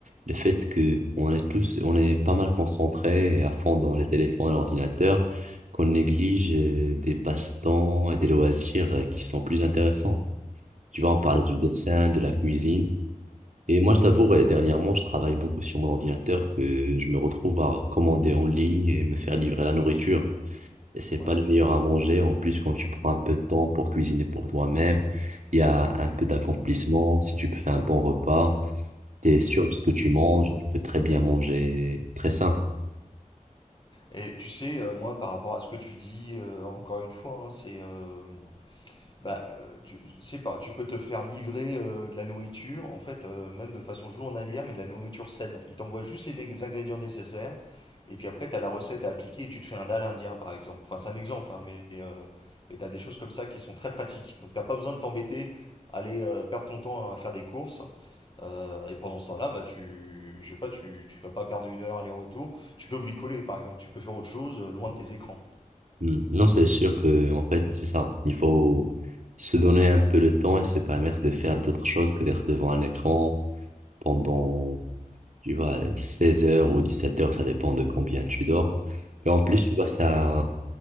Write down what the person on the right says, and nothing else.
le fait que on est tous, on est pas mal concentrés et à fond dans les téléphones, l'ordinateur, qu'on néglige euh, des passe-temps et des loisirs euh, qui sont plus intéressants. Tu vois, on parlait
du dessin, de la cuisine. Et moi, je t'avoue, euh, dernièrement, je travaille beaucoup sur mon ordinateur que je me retrouve à commander en ligne et me faire livrer la nourriture. Et c'est
pas le meilleur à manger. En plus, quand tu prends un peu de temps pour cuisiner pour toi-même, il y a un peu d'accomplissement. Si tu fais un bon repas, tu es sûr
de ce que tu manges, tu peux très bien manger très sain.
Hmm. Non, c'est sûr que, en fait, c'est ça. Il faut se donner un peu le temps et se permettre de faire d'autres choses que d'être devant un écran pendant Tu vois, 16 heures ou 17 heures, ça dépend de combien tu dors. Et en plus,
tu vois, ça,